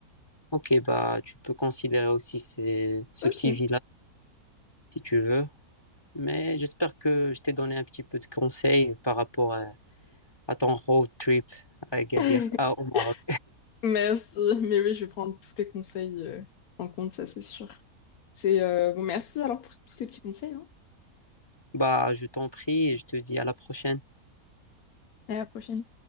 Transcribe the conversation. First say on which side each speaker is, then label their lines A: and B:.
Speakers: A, on the left (about 15°); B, on the left (about 75°).
A: Ok, bah tu peux considérer aussi ces- ce
B: Ok.
A: petit village si tu veux. Mais j'espère que je t'ai donné un petit peu de conseils par rapport à, à ton road trip à Agadir,
B: <laughs>
A: à- au Maroc.
B: Merci. Mais oui, je vais prendre tous tes conseils euh, en compte, ça, c'est sûr. C'est euh, bon, merci alors pour tous ces petits conseils, hein.
A: Bah je t'en prie et je te dis à la prochaine.
B: À la prochaine.